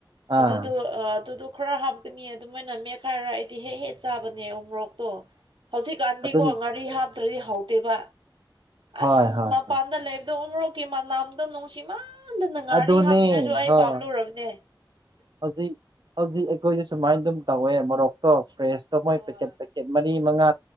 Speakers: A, on the right (about 85°); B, on the right (about 65°).
A: ꯑꯗꯨꯗꯣ
B: ꯑꯥ
A: ꯑꯗꯨꯗꯣ ꯈꯔ ꯍꯥ ꯀꯨꯅꯤ ꯑꯗꯨꯃꯥꯏꯅ ꯃꯦꯠꯈꯥꯏꯔ ꯑꯩꯗꯤ ꯍꯦꯛ ꯍꯦꯛ ꯆꯥꯕꯅꯦ ꯎ ꯃꯣꯔꯣꯛꯇꯣ ꯍꯧꯖꯤꯛꯀꯥꯟꯗꯤꯀꯣ
B: ꯑꯗꯨꯝ
A: ꯉꯥꯔꯤ ꯍꯥꯞꯇ꯭ꯔꯗꯤ ꯍꯧꯗꯦꯕ
B: ꯍꯣꯏ
A: ꯑꯁ
B: ꯍꯣꯏ
A: ꯃꯄꯥꯟꯗ
B: ꯍꯣꯏ.
A: ꯂꯩꯕꯗꯧꯔꯣ ꯀꯦ ꯃꯥ ꯅꯥꯝꯗꯣ ꯅꯨꯡꯁꯤꯃ ꯍꯗꯅ ꯉꯥꯔꯤ
B: ꯑꯗꯨꯅꯦ
A: ꯍꯥꯞꯅꯤꯡꯉꯥꯏꯁꯨ ꯑꯩ
B: ꯍꯣꯏ
A: ꯄꯥꯝꯂꯨꯔꯕꯅꯦ
B: ꯍꯧꯖꯤꯛ ꯍꯧꯖꯤꯛ ꯑꯩꯈꯣꯏꯁꯨ ꯁꯨꯃꯥꯏꯅ ꯑꯗꯨꯝ ꯇꯧꯋꯦ ꯃꯣꯔꯣꯛꯇꯣ ꯐ꯭ꯔꯦꯁꯇꯣ ꯃꯣꯏ
A: ꯍꯣꯏ
B: ꯄꯦꯀꯦꯠ ꯄꯦꯀꯦꯠ ꯃꯔꯤ ꯃꯉꯥ